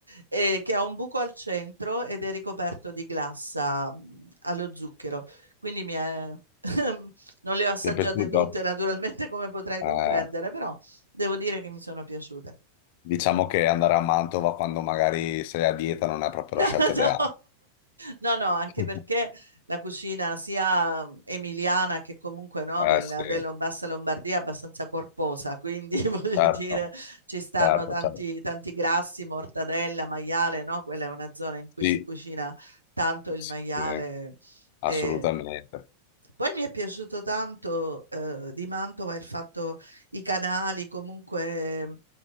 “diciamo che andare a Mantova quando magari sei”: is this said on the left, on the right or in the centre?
Left